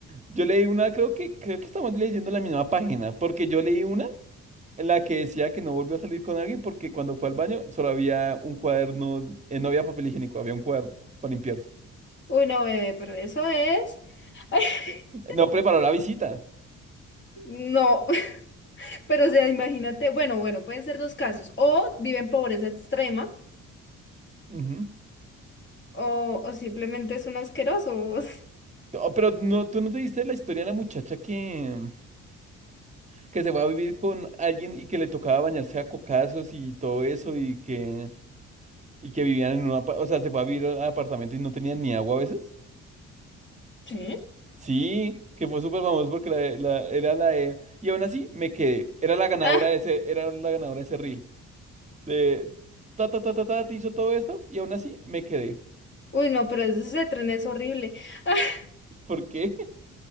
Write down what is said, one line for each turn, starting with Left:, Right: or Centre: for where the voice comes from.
Right: Yo leí una, creo que, creo que estamos leyendo la misma página, porque yo leí una en la que decía que no volvió a salir con alguien porque cuando fue al baño solo había un cuaderno, eh, no había papel higiénico, había un cuaderno para limpiarse.
Left: Uy, no, bebé, pero eso es. <laughs>
Right: No preparó la visita.
Left: no, pero o sea, imagínate, bueno, bueno, pueden ser dos casos. O vive en pobreza extrema,
Right: Ujú.
Left: o, o simplemente es un asqueroso. <laughs>
Right: Oh, pero no, tú no te diste la historia de la muchacha que, que se va a vivir con alguien y que le tocaba bañarse a cocazos y todo eso y que, y que vivían en un apa- o sea, se fue a vivir al apartamento y no tenían ni agua a veces.
Left: Sí.
Right: Sí, que fue súper famoso porque la, de- la- era la de, y aún así me quedé, era la ganadora
Left: Ah,
Right: de ese, era la ganadora de ese reel, de ta ta ta ta ta, te hizo todo esto y aún así me quedé.
Left: uy, no, pero ese ese tren es horrible. <laughs>
Right: ¿Por qué?